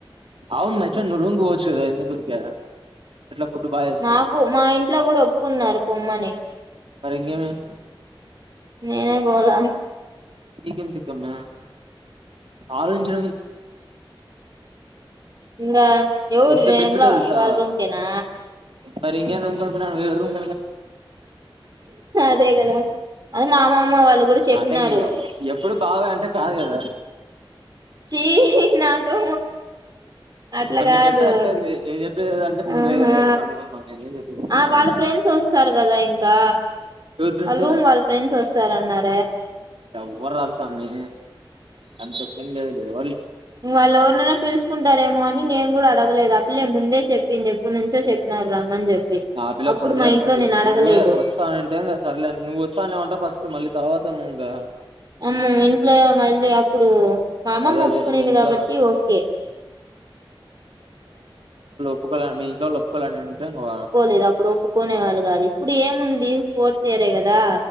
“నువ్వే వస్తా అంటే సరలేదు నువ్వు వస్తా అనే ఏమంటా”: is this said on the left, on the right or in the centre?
Right